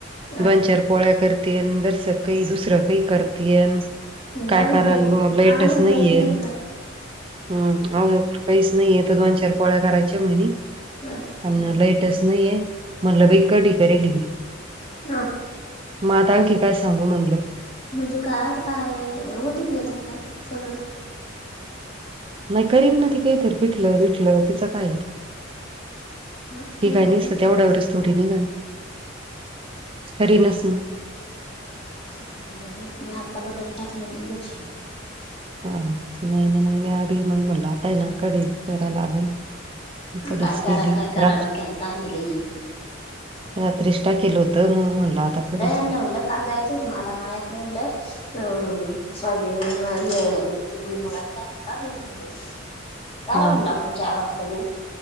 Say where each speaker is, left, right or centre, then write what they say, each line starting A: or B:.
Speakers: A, on the left (about 30°); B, on the right (about 30°).
A: अ
B: दोन, चार पोळ्या कर तेन दस काही दुसरं काही करतेेस.
A: म्हणजे
B: काय
A: अजून
B: कराण
A: काही
B: बाबा लईटच
A: अजून
B: नाहीयेन.
A: काहीच नाही काय
B: हम्म अ काहीच नाही आहे तर दोन, चार पोळ्या करायच्या म्हणी.
A: व्हय <unintelligible>
B: अन लाईटच नाहीये म्हणल बाई कढी करायले मी.
A: अ
B: म आता आणखी काय सांगू म्हटलं.
A: म्हणजे काय आता काय ओ टी पी येतात काय सगळंच.
B: नाही करीन ना ती काहितरी पिटलं बिटलं तिचं काये.
A: हा
B: ती
A: एवढा
B: काय निसत तेवढ्यावरच थोडी निघन करीनच मग.
A: <unintelligible> मी आता बटाट टाकलं म बसली. <unintelligible>
B: हा नाही ना, मग म्या भी मग म्हणलं आताय ना कढी करा लागन.
A: काय
B: कढीच
A: करा
B: केली
A: काय करा
B: राचीच
A: डोक्याला ताण आहे लई.
B: <unintelligible> रात्रीसटा केलं होतं मग म्हणलं आता कढीच
A: मी काय म्हटलं
B: कर
A: काल जायचं तुम्हाला मयात म्हणटलं. हम्म <unintelligible> सब ते भुई मग असं काढली म्हण मी. चाला
B: हा
A: म्हणलं आपण चार वाजता जाऊ